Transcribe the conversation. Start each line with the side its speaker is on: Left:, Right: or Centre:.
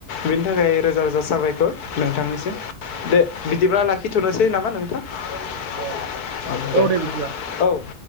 Left: बिनि थाखाय रोजा रोजा साबायखर। नोंथांनि सिम दे बि बिदिब्ला लाखिथ'नोसै नामा नोंथां? <inaudible>
Right: औ
Left: अ दे
Right: औ बिदिब्ला
Left: औ